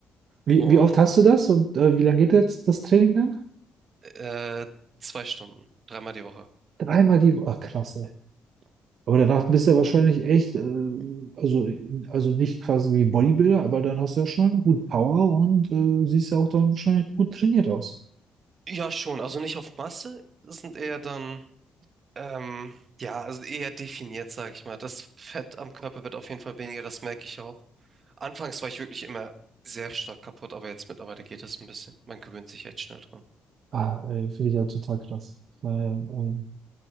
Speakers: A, on the right; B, on the right.
A: Wie,
B: Und
A: wie oft hast du das und äh, wie lange geht jetzt das Training dann?
B: äh, zwei Stunden, dreimal die Woche.
A: Dreimal die Woche. Ach, krass, ey. Aber danach bist du ja wahrscheinlich echt, äh, also, also nicht quasi wie Bodybuilder, aber dann hast du ja schon gut Power und äh, siehst ja auch dann wahrscheinlich gut trainiert aus.
B: Ja, schon. Also nicht auf Masse. Das sind eher dann Ähm, ja, also eher definiert, sage ich mal. Das Fett am Körper wird auf jeden Fall weniger, das merke ich auch. Anfangs war ich wirklich immer sehr stark kaputt, aber jetzt mittlerweile geht es ein bisschen. Man gewöhnt sich echt schnell dran.
A: Ah, äh, finde ich ja total krass. Daher, ähm,